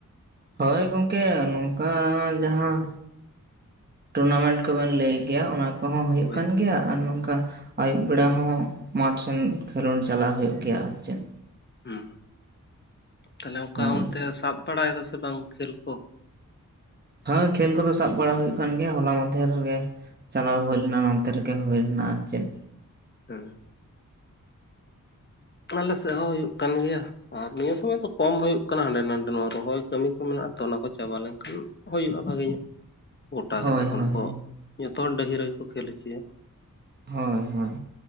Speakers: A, on the right (about 30°); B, on the left (about 35°).
A: ᱦᱳᱭ ᱜᱚᱝᱠᱮ ᱱᱚᱝᱠᱟ ᱡᱟᱦᱟᱸ ᱴᱩᱨᱱᱟᱢᱮᱱᱴ ᱠᱚ ᱵᱮᱱ ᱞᱟᱹᱭᱮᱜ ᱜᱮᱭᱟ ᱚᱱᱟ ᱠᱚᱦᱚᱸ ᱦᱩᱭᱩᱜ
B: ᱦᱳᱭ
A: ᱠᱟᱱ ᱜᱮᱭᱟ᱾ ᱟᱨ ᱱᱚᱝᱠᱟ ᱟᱹᱭᱩᱵ ᱵᱮᱲᱟ ᱦᱚᱸ ᱢᱟᱴᱷ ᱥᱮᱱ ᱠᱷᱮᱞᱳᱰ ᱪᱟᱞᱟᱣ ᱦᱳᱭᱳᱜ ᱜᱮᱭᱟ᱾ ᱟᱨ ᱪᱮᱫ,
B: ᱦᱩᱸ ᱛᱟᱦᱚᱞᱮ ᱚᱱᱠᱟ
A: ᱦᱳᱭ
B: ᱚᱱᱛᱮ ᱥᱟᱵ ᱵᱟᱲᱟᱭᱮᱫᱟ ᱥᱮ ᱵᱟᱝ ᱠᱷᱮᱞ ᱠᱚ?
A: ᱦᱮᱸ ᱠᱷᱮᱞ ᱠᱚᱫᱚ ᱥᱟᱵ ᱵᱟᱲᱟ ᱦᱩᱭᱩᱜ ᱠᱟᱱ ᱜᱮᱭᱟ ᱦᱚᱞᱟ ᱢᱟᱫᱷᱮᱨ ᱜᱮ ᱪᱟᱞᱟᱣ ᱦᱳᱭ ᱞᱮᱱᱟ ᱱᱚᱱᱛᱮ ᱨᱮᱜᱮ ᱦᱩᱭ ᱞᱮᱱᱟ, ᱟᱨ ᱪᱮᱫ
B: ᱦᱩᱸ᱾ ᱟᱞᱮ ᱥᱮᱫ ᱦᱚᱸ ᱦᱩᱭᱩᱜ ᱠᱟᱱ ᱜᱮᱭᱟ᱾ ᱟᱨ ᱱᱤᱭᱟᱹ ᱥᱚᱢᱚᱭ ᱫᱚ ᱠᱚᱢ ᱦᱩᱭᱩᱜ ᱠᱟᱱᱟ, ᱦᱟᱸᱰᱮ ᱱᱟᱰᱮ ᱱᱚᱣᱟ ᱨᱚᱦᱚᱭ ᱠᱟᱹᱢᱤ ᱠᱚ ᱢᱮᱱᱟᱜᱼᱟ ᱛᱚ ᱚᱱᱟ ᱠᱚ ᱪᱟᱵᱟ ᱞᱮᱱᱠᱷᱟᱱ ᱦᱩᱭᱩᱜᱼᱟ ᱵᱷᱟᱜᱮ ᱧᱚᱜ ᱜᱳᱴᱟ
A: ᱦᱳᱭ
B: ᱜᱮ ᱛᱚᱠᱷᱚᱱ
A: ᱦᱳᱭ
B: ᱫᱚᱠᱚ ᱡᱚᱛᱚ ᱦᱚᱲ ᱰᱟᱹᱦᱤ ᱨᱮᱜᱮ ᱠᱚ ᱠᱷᱮᱞ ᱦᱚᱪᱚᱭᱟ᱾
A: ᱦᱳᱭ ᱦᱳᱭ